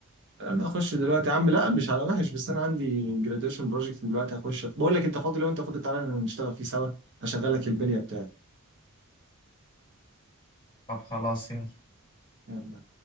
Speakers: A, on the right; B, on the left.
A: انا هخش دلوقتي يا عم لا مش على وحش بس انا عندي جراديويشن بروجكت دلوقتي هخش بقول لك انت فاضي لو انت فاضي تعالى نشتغل فيه سوا هشغلك البليه بتاعي
B: طب خلاص يلا
A: يلا.